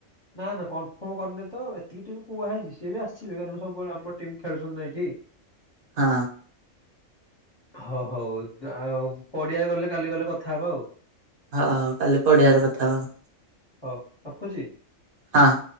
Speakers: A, on the left (about 25°); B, on the right (about 50°).
A: ନା ନା କନଫର୍ମ କରିନେ ତ ଏତିକି ଟିମ୍ କୁହା ହେଇଛି ସେ ବି ଆସିବେ କାରଣ ସବୁବେଳେ ଆମର ଟିମ୍ ଖେଳୁଛନ୍ତି ନାଇଁଠି।
B: ହଁ
A: ହଉ ହଉ ଯାହଉ ପଡିଆରେ ଗଲେ କାଲି ଗଲେ କଥା ହବା ଆଉ।
B: ହଁ ହଉ କାଲି ପଡିଆାର କଥା ହେବା।
A: ହଉ ରଖୁଛି।
B: ହଁ